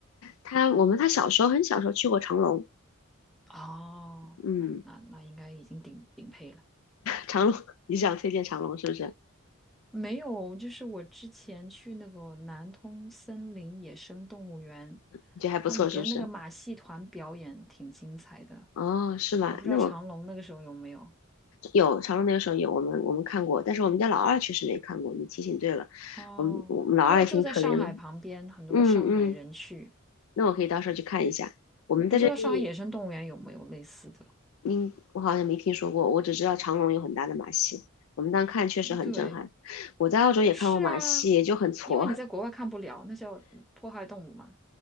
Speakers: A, on the left; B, in the centre.
A: 他我们他小时候很小时候去过长隆，
B: 哦，
A: 嗯，
B: 那那那应该已经顶顶配了。
A: 长隆，<laughs> 你想推荐长隆是不是？
B: 没有，就是我之前去那个南通森林野生动物园，
A: 你觉得还不错是不是？
B: 它里边那个马戏团表演挺精彩的。
A: 哦，是吗？
B: 我不知道长隆那个时候有没有。
A: 那我有长隆那个时候有我们我们看过，但是我们家老二确实没看过。你提醒对了，
B: 哦，
A: 我们我们老二也挺可怜的。
B: 因为就在上海旁边，很多上海人去。
A: 嗯嗯，那我可以到时候去看一下。我们在这边，
B: 我不知道上海野生动物园有没有类似的。
A: 嗯，我好像没听说过，我只知道长隆有很大的马戏，我们当看确实很震撼。
B: 对，
A: 我在澳洲也看过马戏，
B: 但是啊，
A: 也就很挫
B: 因为你在国外看不了，那叫迫害动物嘛，